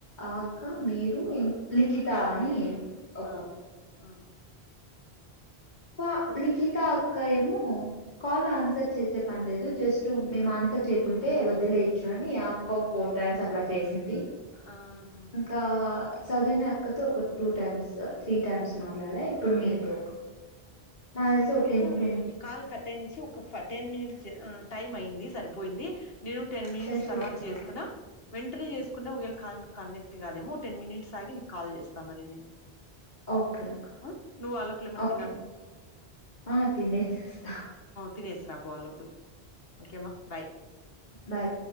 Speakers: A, on the left (about 45°); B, on the left (about 65°).
A: ఆ అక్క మీరు ఇ లిఖిత అని. ఒక
B: ఆ ఆ
A: త
B: టు
A: లిఖిత అ ఇక్క ఏమో కాల్ ఆన్సర్ చేసే పనిలేదు. జస్ట్ మేము ఆన్సర్ చేయకుంటే వదిలేయచ్చు అని అక్క ఫోర్టైమ్స్ అట్లా చేసి ఉంది
B: ఆహా
A: ఇంకా సౌజన్య అక్కతో ఒక టూ టైమ్స్, త్రీ టైమ్స్ మాట్లాడ ఇప్పుడు మీతో. నాకు తెలిసి ఒక
B: నేను
A: టెన్ ట్వం
B: ఈ కాల్ కట్టే నుంచి ఒక టెన్ మినిట్స్ టైమ్ అయింది సరిపోయింది నేను టెన్ మినిట్స్
A: సరిపోయిందా
B: తర్వాత చేస్తున్నా కంటిన్యూ చేసుకున్నా ఒకవేళ కాల్ కనెక్ట్ కాదేమో టెన్ మినిట్ ఆగి నీకు కాల్ చేస్తాను మరి నేను
A: ఓకే ఓకే
B: ఆ నువ్వు ఆలోపల ప
A: ఓకే ఆ తినేసిస్తా.
B: తినేసి రాపో ఆ లోపల ఓకే అమ్మ బాయ్.
A: బాయ్